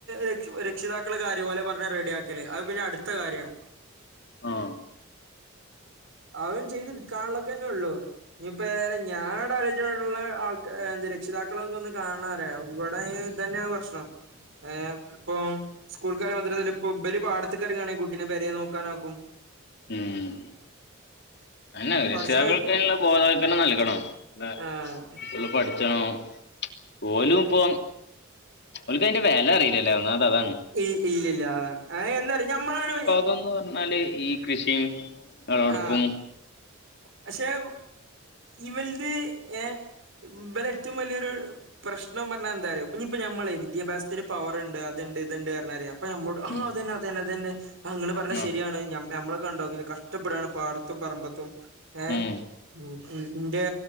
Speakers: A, on the right (about 60°); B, on the left (about 55°).
A: രക്ഷ് രക്ഷിതാ കൾ കാര്യം ഓലെ പറഞ് റെഡി ആക്കല് അത് പിന്നെ അട്ത്ത കാര്യാണ്
B: ആഹ്
A: അവൻ ചെയ്ത് കാള്ളൊക്കെന്നെ ഒള്ളൂ ഇനിയിപ്പെ ഏതായാലും ഞാൻ ഇവിടെ ആലോചിച്ചട്ടുള്ള ആൾ എന്ത് രക്ഷിതാക്കളൊക്കെ ഒന്ന് വന്ന് കാണാറിയാ ഇവടെ ഇങ്ങനെ അതന്നെയാ പ്രശ്നം ഏഹ് ഇപ്പം സ്കൂൾക്കാര് മാത്രല്ല ഇപ്പൊ ഇബര് പാടത്തിക്കറങ്ങാണെങ്കി കുട്ടിനെ പേരെ നോക്കാനാക്കും
B: ഉം അയ്ന രക്ഷിതാക്കൾക്ക്
A: പടച്ചോനെ
B: അയ്നുള്ള ബോധവൽക്കരണം നൽകണം അല്ല
A: ആഹ്
B: കുട്ടിയാള് പഠിച്ചണം ഓലും ഇപ്പോ ഓല്ക്ക് അയിന്റെ വെല അറിയില്ലല്ലേ ഒന്നാത് അതാണ്
A: ഇ ഇല്ലില്ല അതാണ് അ എന്തറിയോ ഞമ്മളാവിടെ
B: വന്ന് പറഞ്ഞാല് ഈ കൃഷിയും വെളവെടുപ്പും
A: ആഹ് പക്ഷെ ഇവൽത് ഏഹ് ഇബലെ ഏറ്റവും വല്യ ഒരു പ്രശ്നം പർഞ്ഞാ എന്താറിയോ ഇനിയിപ്പ നമ്മളെ വിദ്യാഭ്യാസത്തിന് പവറുണ്ട് അത്ണ്ട് ഇത്ണ്ട് പർഞ്ഞറിയാ ഇപ്പൊ നമ്മോട് ആ
B: ഉം
A: അതന്നെ അതന്നെ അതന്നെ ആ ഇങ്ങള് പർഞ്ഞെ
B: ഉം
A: ശരിയാണ് ഞമ് ഞമ്മളെ കണ്ടോ ഇങ്ങന കഷ് ടപ്പെടാണ് പാടത്തും പറമ്പത്തും ഏഹ്
B: ഉം
A: ഉം ഉം ഇന്റെ